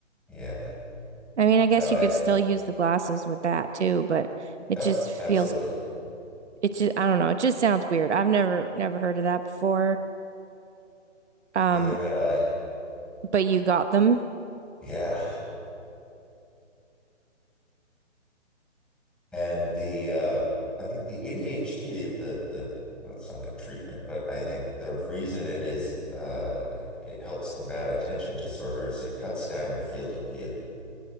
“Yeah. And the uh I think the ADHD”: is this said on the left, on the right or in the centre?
Centre